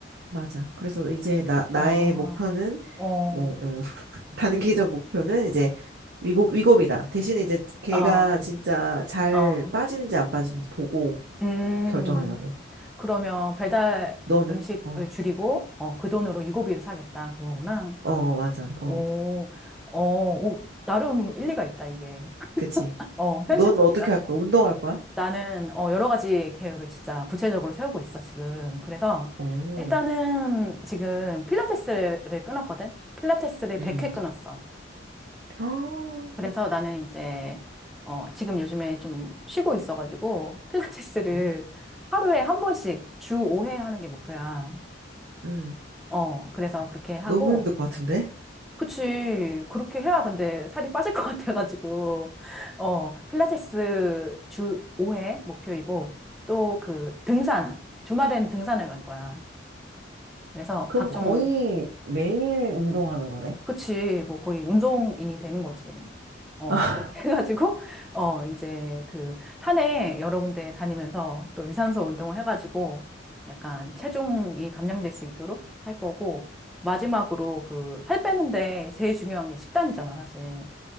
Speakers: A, on the right; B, in the centre.
A: 맞아. 그래서 이제 나, 나의
B: 아,
A: 목표는
B: 어,
A: 뭐, 음, <laughs> 단기적 목표는 이제 위복, 위급이다. 대신에 이제 걔가
B: 어,
A: 진짜 잘
B: 어,
A: 빠지는지 안 빠지는지 보고
B: 음.
A: 결정하려고.
B: 그러면 배달
A: 너는?
B: 음식을
A: 어,
B: 줄이고, 어, 그 돈으로 유고비를 사겠다, 그거구나.
A: 어, 맞아. 어,
B: 오, 어, 오, 나름 일리가 있다, 이게. <laughs>
A: 그치.
B: 어, 현실적이다.
A: 넌 어떻게 할 거야? 운동할 거야?
B: 나는 어, 여러 가지 계획을 진짜 구체적으로 세우고 있어, 지금. 그래서
A: 어.
B: 일단은 지금 필라테스를 끊었거든? 필라테스를
A: 음.
B: 100회 끊었어.
A: 아,
B: 그래서 나는 이제 어, 지금 요즘에 좀 쉬고 있어가지고 필라테스를
A: 음,
B: 하루에 한 번씩 주 5회 하는 게 목표야.
A: 음.
B: 어, 그래서 그렇게 하고
A: 너무 힘들 것 같은데?
B: 그치. 그렇게 해야 근데 살이 빠질 것 같아가지고. 어, 필라테스 주 5회 목표이고, 또 그 등산, 주말엔 등산을 갈 거야. 그래서
A: 그럼
B: 각종,
A: 거의 매일 운동하는 거네?
B: 그치. 뭐 거의 운동인이 되는 거지. 어,
A: <laughs>
B: 그렇게 <laughs> 해가지고, 어, 이제 그 산에 여러 군데 다니면서 또 유산소 운동을 해가지고 약간 체중이 감량될 수 있도록 할 거고, 마지막으로 그 살 빼는데 제일 중요한 게 식단이잖아, 사실.